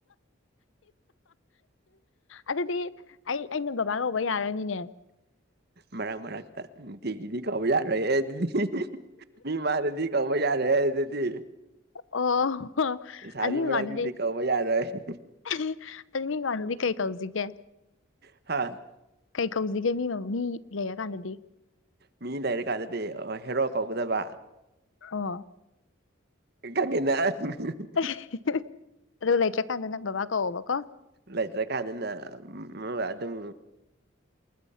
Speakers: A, on the left; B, on the right.
A: ꯑꯗꯨꯗꯤ ꯑꯩ ꯑꯩꯅ ꯕꯕꯥ ꯀꯧꯕ ꯌꯥꯔꯅꯤꯅꯦ?
B: ꯃꯔꯥꯛ ꯃꯔꯥꯛꯇꯥ ꯅꯨꯡꯇꯤꯒꯤꯗꯤ ꯀꯧꯕ ꯌꯥꯥꯔꯣꯏꯑꯦ ꯑꯗꯨꯗꯤ <unintelligible> ꯃꯤꯃꯥꯡꯗꯗꯤ ꯀꯧꯕ ꯌꯥꯔꯣꯏꯍꯦ ꯑꯗꯨꯗꯤ
A: ꯑꯣ ꯍꯣ
B: ꯂꯩꯁꯥꯕꯤ
A: ꯑꯅꯨꯏ
B: ꯃꯔꯛꯇꯨꯗꯤ
A: ꯃꯟꯗꯨꯗꯤ
B: ꯀꯧꯕ ꯌꯥꯔꯣꯏ
A: <unintelligible> ꯑꯗꯨ ꯃꯤꯃꯥꯡꯗꯗꯤ ꯀꯩ ꯀꯧꯁꯤꯒꯦ?
B: ꯍꯥ
A: ꯀꯩ ꯀꯧꯁꯤꯒꯦ ꯃꯤꯃꯃꯥ ꯃꯤ ꯂꯩꯔꯀꯥꯟꯗꯗꯤ?
B: ꯃꯤ ꯂꯩꯔꯀꯥꯟꯗꯗꯤ ꯑꯣ ꯍꯦꯔꯣ ꯀꯧꯒꯗꯕꯥ꯫
A: ꯍꯣ
B: <unintelligible>
A: <unintelligible> ꯑꯗꯨ ꯂꯩꯇ꯭ꯔꯀꯥꯟꯗꯅ ꯕꯥꯕꯥ ꯀꯧꯋꯣꯕꯀꯣ
B: ꯂꯩꯇ꯭ꯔꯀꯥꯟꯗꯅ <unintelligible> ꯑꯗꯨꯝ